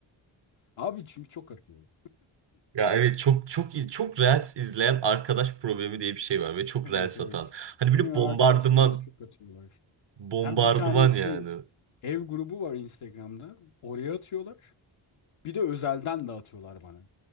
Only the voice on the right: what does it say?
Ya evet çok çok iyi çok reels izleyen arkadaş problemi diye bir şey var ve çok
reels
atan. Hani
böyle
bombardıman
bombardıman
yani.